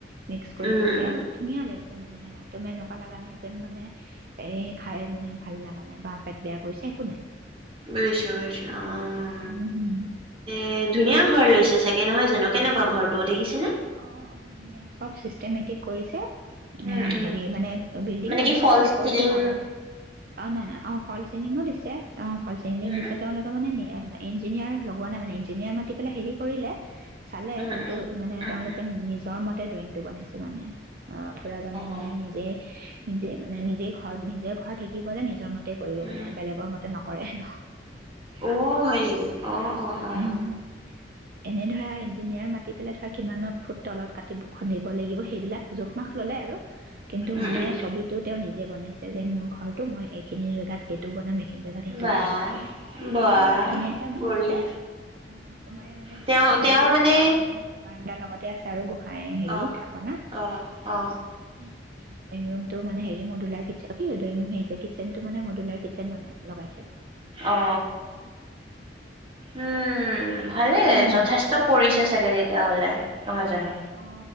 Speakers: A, on the right; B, on the right.
A: মিক্স কৰি
B: উম উম
A: দিছে
B: উম
A: ধুনীয়া লাগিছে মানে তোমাৰ এনেকুৱা লগা নাই যেন মানে এ খাই মানে ভাল লগা নাই বা তাত বেয়া কৰিছে একো নাই
B: বুইছো বুইছো অ
A: উম হম
B: এ ধুনীয়া ঘৰ লৈছে চাগে নহয় জানো কেনেকুৱা ঘৰটো দেখিছেনে
A: অ অ ধুনীয়া চব চিষ্টেমেটিক কৰিছে
B: উম
A: এ
B: উম
A: হেৰি মানে বিল্ডিং
B: মানে
A: বনাইছে
B: কি ফল
A: ওপৰতো
B: চিলিং
A: হোৱাগৈ ন অ নাই নাই অ ফল চিলিংঙো দিছে অ ফল চিং
B: উম
A: দিছে তেওঁলোকে মানে ইঞ্জিনিয়াৰ লগোৱা নাই মানে ইঞ্জিনিয়াৰ মাতি পেলাই হেৰি কৰিলে চালে
B: উম
A: কিন্তু
B: উম
A: মানে
B: উম
A: তেওঁলোকে
B: উম উম
A: নিজৰ মতে তাতে ড্ৰয়িংটো বনাইছে মানে অ খুৰাজনে মানে
B: অ
A: নিজে নিজে মানে নিজে ঘৰত নিজে ঘৰ থাকিব যে নিজৰ মতে কৰিব
B: উম
A: মানে বেলেগ মতে নক কৰে ন
B: অ হয় নেকি অ অ অ
A: উম
B: অ
A: এনে ধৰা ইঞ্জিনিয়াৰ মাতি পেলাই ধৰা কিমানত ফুট তলত কাটিব খুন্দিব লাগিব সেইবিলাক জোখমাখ ল'লে আৰু কিন্তু
B: উম
A: মানে
B: উম
A: ছবিটো তেওঁ নিজ যে বনাইছে যে মোৰ ঘৰটো মই এইখিনি জেগাত এইটো বনাম এইখিনি জোগাত সেইটো
B: বা
A: বনাম
B: বা
A: অ ধুনীয়াকে বনাইছে
B: বঢ়িয়া
A: অ সোমাই মানে গোসাই
B: তেওঁ
A: ঘৰটো
B: তেওঁ মানে
A: গোসাই মানে বাৰাণ্ডা লগতে আছে আৰু বত খাই হেৰি
B: অ
A: থাপনা
B: অ অ
A: ত ড্ৰয়িং ৰুমটো মানে হেৰি মদলাৰ কি হৈছে কিচেনটো মানে মদুলাৰ কিচেন বনাইছে লগাইছে
B: অ উম ভালে
A: উম
B: যথেষ্ট পৰিছে চাগে তেতিয়াহ'লে নহয় জানো
A: অ